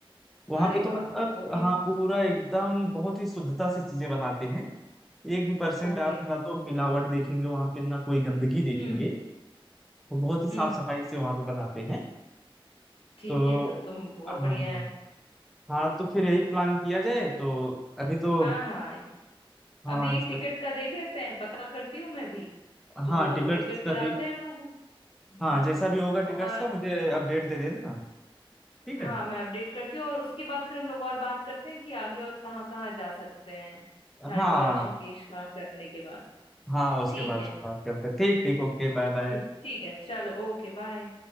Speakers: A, in the centre; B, on the left (about 70°).
A: वहां
B: अरे
A: पे तो
B: वाह
A: मतलब
B: ओके
A: हाँ पूरा एकदम बहुत ही शुद्धता से चीजें बनाते हैं एक भी परसेंट
B: ओके
A: आप ना तो मिलावट देखेंगे वहां पे ना कोई गंदगी देखेंगे
B: हम्म
A: वो बहुत ही साफ
B: हम्म
A: सफाई से वहां पे बनाते हैं
B: ठीक
A: तो
B: है तब तो बहुत
A: हाँ
B: बढ़िया
A: हाँ
B: है
A: हाँ तो फिर यही प्लान किया जाए तो अभी तो
B: हाँ हाँ
A: हाँ
B: अभी
A: ज-
B: टिकट का देख लेते हैं पता करती हूँ मैं भी तो
A: हाँ टिकट्स
B: टिकट
A: का
B: कराते
A: देख
B: हैं हम लोग
A: हाँ
B: हाँ
A: जैसा भी होगा टिकट्स
B: और
A: का मुझे अपडेट दे देना ठीक
B: हाँ
A: है
B: मैं अपडेट करती हूँ और उसके बाद फिर हम लोग और बात करते हैं कि आगे और कहाँ कहाँ जा सकते हैं हरिद्वार
A: हाँ
B: ऋषिकेश का करने के बाद
A: हाँ उसके
B: ठीक
A: बाद
B: है
A: फिर बात करते हैं ठीक ठीक ओके बाय बाय
B: ठीक ठीक है चलो ओके बाय